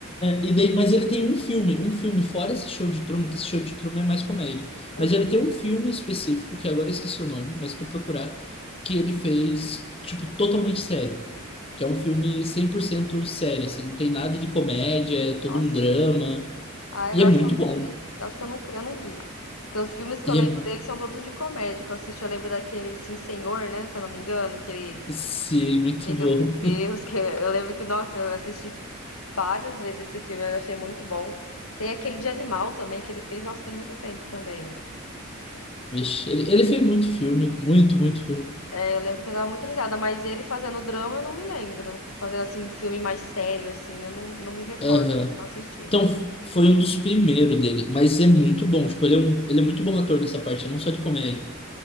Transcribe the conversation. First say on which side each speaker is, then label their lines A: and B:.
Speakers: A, on the left (about 25°); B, on the left (about 85°).
A: E daí, mas ele tem um filme, um filme fora esse show de Truman, que esse show de Truman é mais comédia.
B: Uhum.
A: Mas ele tem um filme específico, que agora eu esqueci o nome, mas se tu procurar, que ele fez, tipo, totalmente sério. Que é um filme 100% sério, assim, não tem nada de comédia, é todo
B: Nossa.
A: um drama.
B: Ah,
A: E
B: eu
A: é
B: acho
A: muito
B: que eu
A: bom.
B: nem, acho que eu nunca, eu não vi. Porque os filmes que
A: E
B: eu lembro
A: é,
B: dele são todos de comédia que eu assisti. Eu lembro daquele Sim Senhor, né? Se eu não me engano, que ele
A: sim, muito
B: briga
A: bom.
B: com Deus. Que <laughs> eu lembro que, nossa, eu assisti várias vezes esse filme, eu achei muito bom. Tem aquele de animal também que ele fez, nossa, faz muito tempo também.
A: <laughs> Vixe, ele, ele fez muito filme, muito, muito filme.
B: Eu lembro que eu dava muita risada, mas ele fazendo drama eu não me lembro. Fazendo assim um filme mais sério, assim, eu não, não me recordo,
A: Aham.
B: acho que eu não assisti.
A: Então, foi um dos primeiros dele, mas é muito bom. Tipo, ele é, um, ele é muito bom ator nessa parte, não só de comédia.